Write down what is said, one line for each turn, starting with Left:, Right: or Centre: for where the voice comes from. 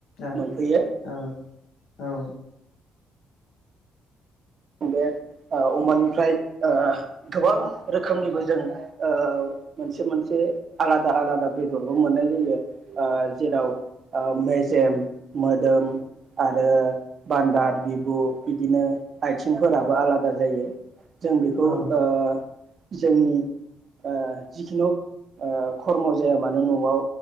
Left: औ
Right: मोनफैयो
Left: औ औ
Right: बे ओ अमानिफ्राय ओ गोबां रोखोमनिबो जों ओ मोनसे मोनसे आलादा आलादा बेदरबो मोननाय जायो ओ जेराव ओ मेजेम मोदोम आरो बान्दार बिबु बिदिनो आथिंफोराबो आलादा जायो। जों बेखौ
Left: औ औ
Right: ओ जोंनि ओ जिखुनुहग ओ खरम' जाया मानो न'आव